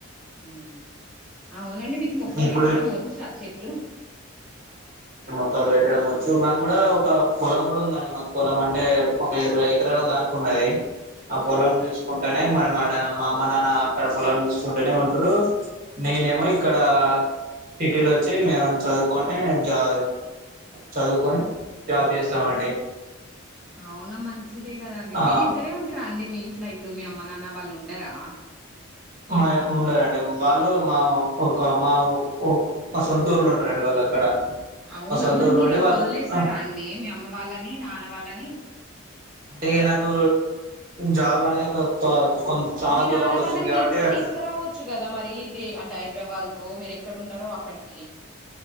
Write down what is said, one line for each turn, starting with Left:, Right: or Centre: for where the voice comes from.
Centre: హ్మ్ అవునండి మీకు మొక్కలు
Right: ఇప్పుడు
Centre: పెట్టడం వచ్చా చెట్లు
Right: మక్కలు పెట్టడం వచ్చు మాకు కూడా ఒక పొలం కూడా ఉందండి మాకు పొలం అంటే ఒక ఇరవై ఎకరాలో దా ఉన్నది పొలం చూసుకుంటేనే మన మ మా అమ్మ నాన్న అక్కడ పొలం చూసుకుంటేనే ఉంటడు నేనేమో ఇక్కడ సిటీలో వచ్చి మేము చదువుకొని జా చదువుకొని జాబ్ చేస్తామ అండి
Centre: అవునా మంచి ఇదే కదండి
Right: ఆ
Centre: మీరు ఇద్దరే ఉంటార అండి మీ ఇంట్ ల ఇప్పుడు మీ అమ్మ నాన్న వాళ్ళు ఉండారా
Right: మా ఉండారంండి వాళ్ళు మా ఒక మా మా సొంతూర్లో ఉంటారండి వాళ్ళు అక్కడ
Centre: అవునా
Right: మా సొంతూరులో
Centre: మరి మీరు
Right: ఉండి
Centre: అట్లా
Right: వాళ్ళు
Centre: వదిలేస్తారా అండి మీ అమ్మ వాళ్ళని నాన్న వాళ్ళని అ
Right: అంటే ఇక నాకు జాబ్ అనేది ఒక కొ చాలా
Centre: మీ
Right: దూరంలో
Centre: నాన్న
Right: వచ్చింది
Centre: వాళ్ళని
Right: కాబట్టి
Centre: మీరు కూడా
Right: అక్కడ
Centre: తీసుకురావచ్చు కదా మరి ద అంటే హైదరాబాద్ కో మీరు ఎక్కడున్నారో అక్కడికి